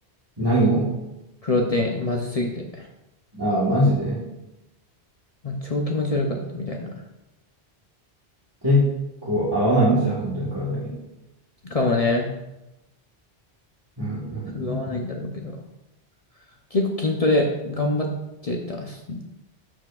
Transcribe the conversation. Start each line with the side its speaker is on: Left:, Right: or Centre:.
Right: 何を
Left: プロテイン、まずすぎて。
Right: あ、マジで
Left: まあ、超気持ち悪かったみたいな。
Right: 結構合わないんだじゃん、本当に体に。
Left: かもね。
Right: うんう
Left: 合わないんだろうけど。
Right: ん
Left: 結構筋トレ頑張ってたし。